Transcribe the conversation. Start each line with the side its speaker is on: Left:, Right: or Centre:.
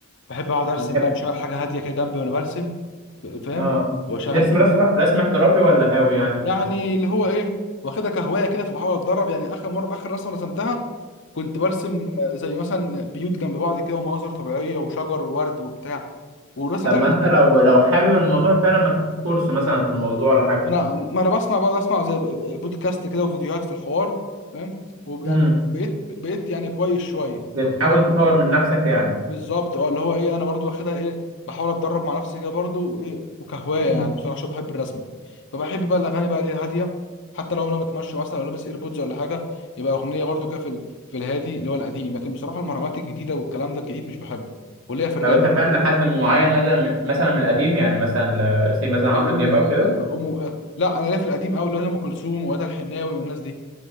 Left: بحب اقعد ارسم
Right: بتحب
Left: بقى بشغل حاجه هاديه كده جنبي وانا برسم ف- فاهم
Right: اه
Left: وشغل
Right: بترسم رسم رسم احترافي ولا هاوي يعني
Left: يعني اللي هو ايه واخدها كهوايه كده فبحاول اتدرب يعني اخر مره اخر رسمه رسمتها كنت برسم زي مثلا بيوت جنب بعض كده ومناظر طبيعيه وشجر وورد وبتاع والرسمه
Right: طب
Left: طلعت
Right: ما انت لو لو حابب الموضوع فعلا ما تاخد كورس مثلا في الموضوع ولا حاجه
Left: انا ما انا بسمع بقعد اسمع زي ب- بودكاست كده وفيديوهات في الحوار فاهم ويعني
Right: امم
Left: بقيت بقيت يعني كويس شويه
Right: بتحاول
Left: انا
Right: تطور من نفسك يعني
Left: بالظبط اه اللي هو ايه انا برضو واخدها ايه بحاول اتدرب مع نفسي كده برضو وايه وكهوايه
Right: امم
Left: يعني بصراحه عشان بحب الرسم فبحب بقى الاغاني بقى ايه الهاديه حتى لو انا بتمشى مثلا او لابس ايربودز ولا حاجه يبقى اغنيه برضو كده في ال- في الهادي اللي هو القديم لكن بصراحه المهرجانات الجديده والكلام ده الجديد مش بحبه وليا في الراب
Right: طب انت فعلا
Left: برضو.
Right: لحد معين مثلا من مثلا من القديم يعني مثلا ل- زي مثلا
Left: يعني
Right: عمرو دياب او
Left: آه،
Right: كده
Left: ام آه، لا انا ليا في القديم قوي اللي هو زي ام كلثوم وادى الحناوي والناس دي